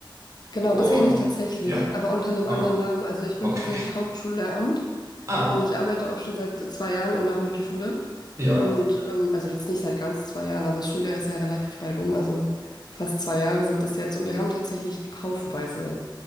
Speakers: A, on the left (about 55°); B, on the right (about 40°).
A: Genau,
B: Und
A: das kenne ich tatsächlich,
B: ja,
A: aber unter einem
B: ah,
A: anderen Namen. Also ich bin
B: okay.
A: tatsächlich Hauptschullehramt
B: Ah,
A: Und ich arbeite auch schon seit zwei Jahren in der Mittelschule.
B: ja.
A: Und ähm, also jetzt nicht seit ganz zwei Jahren, aber das Schuljahr ist ja relativ bald um. Also fast zwei Jahre sind das jetzt. Und wir haben tatsächlich haufenweise